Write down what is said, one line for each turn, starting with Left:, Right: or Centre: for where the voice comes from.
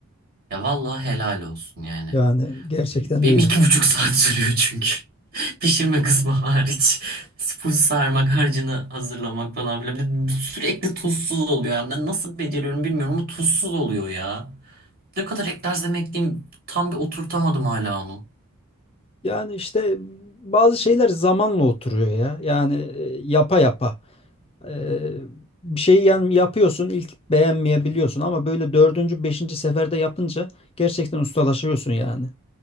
Right: Ya vallahi helal olsun yani.
Left: Yani gerçekten
Right: Benim
Left: öyle.
Right: iki buçuk saat sürüyor çünkü. <laughs> Pişirme kısmı hariç. Full sarmak, harcını hazırlamak falan filan. Bir de sürekli tuzsuz oluyor. Yani ben nasıl beceriyorum bilmiyorum ama tuzsuz oluyor ya. Ne kadar eklersem ekleyeyim tam bir oturtamadım hala onu.
Left: Yani işte bazı şeyler zamanla oturuyor ya. Yani e, yapa yapa. E, bir şeyi yani yapıyorsun ilk beğenmeyebiliyorsun ama böyle dördüncü, beşinci seferde yapınca gerçekten ustalaşıyorsun yani.